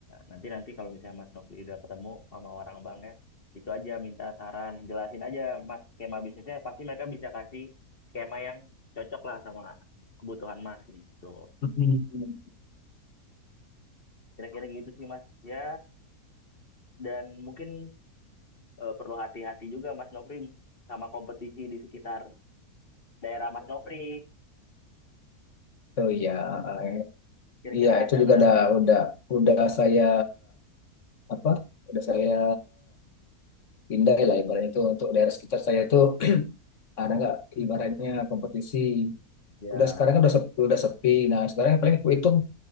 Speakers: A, on the left; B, on the left.
A: Nanti nanti kalau misalnya Mas Nofri udah ketemu sama orang bank ya, itu aja minta saran, jelasin aja Mas skema bisnisnya. Pasti mereka bisa kasih skema yang cocok lah sama kebutuhan Mas gitu.
B: mm
A: Kira-kira gitu sih Mas. Ya dan mungkin eh, perlu hati-hati juga Mas Nofri sama kompetisi di sekitar daerah Mas Nofri.
B: Oh iya, ah, iya
A: Kira-kira
B: Iya, itu
A: ada nggak
B: juga udah
A: Mas?
B: udah udah saya apa? Udah saya pindai lah ibaratnya itu untuk daerah sekitar saya itu ada nggak ibaratnya kompetisi
A: Ya,
B: udah sekarang kan udah sepi, udah sepi nah sekarang paling aku hitung